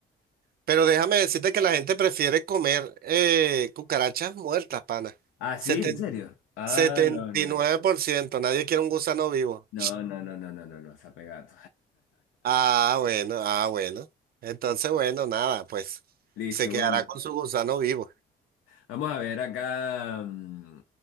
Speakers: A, on the right (about 50°); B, on the left (about 85°).
A: Pero déjame decirte que la gente prefiere comer eh, cucarachas muertas, pana.
B: Ah, sí,
A: Seten-
B: en serio. Ah,
A: setenta
B: no, no.
A: y nueve por ciento nadie quiere un gusano vivo.
B: No, no, no, no, no, no, no, se ha pegado.
A: Ah, bueno, ah, bueno. Entonces, bueno, nada, pues
B: <laughs> Listo,
A: se quedará
B: bueno.
A: con su gusano vivo.
B: Vamos a ver acá. mm,